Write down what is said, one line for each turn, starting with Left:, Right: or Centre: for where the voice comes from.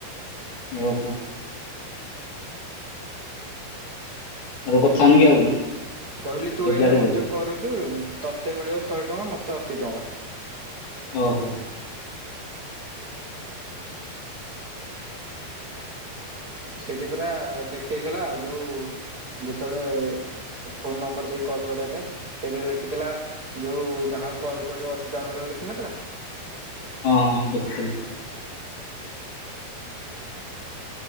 Left: ଉଁ ହୁଁ। ଆଉ କଥା
Right: ତୁ
Left: ହଉନି କି ଆଉ
Right: କହିଲି ତୁ
Left: ଝିଅ ପିଲା
Right: ଏଇନେ
Left: ସହିତ
Right: ମତେ କରୁଚୁ ତୋତେ ମିଳିବ ଶହେ ଟଆଁ ମତେ ଅଶୀ ଟଙ୍କା।
Left: ଓ ହୋ।
Right: ସେଇଠି ପୁରା ଦେଖେଇ ଦେଲା ଯୋଉ ଯେତେବେଳେ ଫୋନ ନମ୍ବର ଦେଇ କଲ୍ କରିବା ପାଇଁ ସେଇଠି ଲେଖିଥିଲା ଯୋଉ ଯା ଆଉ କଲ୍ କରିବ ଅଶୀ ଟଆଁ ମିଳିବ ଲେଖିନଥିଲା।
Left: ହଁ ହଁ ଦେଖିଥିଲି